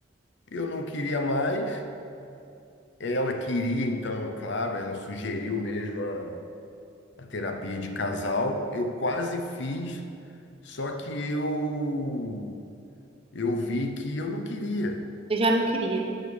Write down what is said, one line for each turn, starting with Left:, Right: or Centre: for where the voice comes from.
Left: eu não queria mais, Ela queria, então, claro, ela sugeriu mesmo a, a terapia de casal. Eu quase fiz, só que eu eu vi que eu não queria.
Right: Você já não queria.